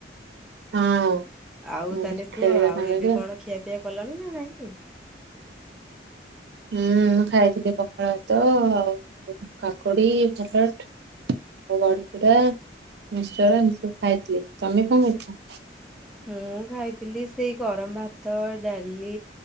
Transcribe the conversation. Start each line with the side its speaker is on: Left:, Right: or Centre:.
Right: ହଁ।
Centre: ଆଉ
Right: ମୁଁ
Centre: ତାହେଲେ କୁହ
Right: ଖେଳିବା
Centre: ଆଉ
Right: ସାଙ୍ଗରେ
Centre: ଏବେ କଣ ଖିଆପିଆ କଲଣି ନା ନାହିଁ?
Right: ହୁଁ ମୁଁ ଖାଇଥିଲି ପଖାଳ ଭାତ ଆଉ କାକୁଡି ପଟ ଟ ଆଉ ବଡି ପରା ମିସ୍କଚର୍ ଏମିତି ସବୁ ଖାଇଥିଲି ତମେ କଣ ଖାଇଥିଲ?
Centre: ମୁଁ ଖାଇଥିଲି। ସେଇ ଗରମ ଭାତ ଡାଲି